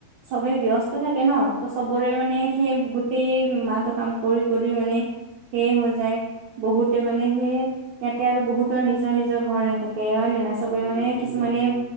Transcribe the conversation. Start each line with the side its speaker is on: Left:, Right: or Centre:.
Right: চবেই ব্যস্ত থাকে ন ত' চবৰে মানে সেই গোটেই মাহটো কাম কৰি-কৰি মানে সেয়ে হৈ যায় বহুতে মানে সেয়ে ইয়াতে আৰু বহুতৰ নিজৰ-নিজৰ ঘৰ নেথাকে হয় নে নাই চবে
Left: উম,
Right: মানে কিছুমানে
Left: উম, উম, উম,